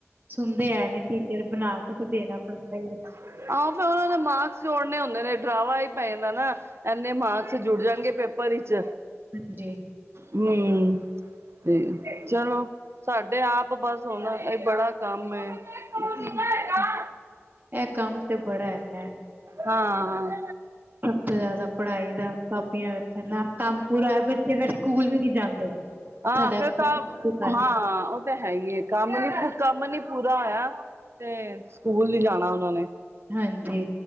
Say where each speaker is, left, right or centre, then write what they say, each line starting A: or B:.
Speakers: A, on the right; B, on the right.
A: ਸੁਣਦੇ ਐ ਨੀ ਟੀਚਰ ਬਣਾ ਕੇ ਤੇ ਦੇਣਾ ਪਦਾ ਏ।
B: ਆਹੋ, ਫਿਰ ਉਹਨਾਂ ਦੇ ਮਾਕਸ ਜੋੜਨੇ ਹੁੰਦੇ ਨੇ ਡਰਾਵਾ। ਪੈ ਨਾ-ਨਾ ਇਨੇ ਮਾਰਕਸ ਜੁੜ ਜਾਣਗੇ ਪੇਪਰ ਵਿਚ,
A: ਹਾਂਜੀ
B: ਹੂੰ, ਤੇ ਚਲੋ ਸਾਡੇ ਆਪ ਬਸ ਹੁਣ ਇਹ ਬੜਾ, ਕੰਮ <unintelligible>
A: ਇਹ ਕੰਮ ਤੇ ਬੜਾ ਹੈਗਾ।
B: ਹਾਂ-ਹਾਂ,
A: ਸਭ ਤੋਂ ਜ਼ਿਆਦਾ ਪੜ੍ਹਾਈ ਦਾ, ਕਾਪੀਆਂ ਵੇਖਣ ਨਾ ਕੰਮ ਪੂਰਾ ਹੈ, ਬੱਚੇ ਫੇਰ ਸਕੂਲ ਵੀ ਨਹੀ ਜਾਂਦੇ।
B: ਹਾਂ
A: ਸਾਡਾ
B: ਫਿਰ ਤਾਂ ਹਾਂ ਉਹ ਤਾਂ ਹੈ, ਕੰਮ ਨੀ ਕੰਮ ਨੀ। ਪੂਰਾ ਹੋਇਆ ਤੇ ਸਕੂਲ ਜਾਣਾ ਉਹਨਾਂ ਨੇ।
A: ਹਾਂਜੀ,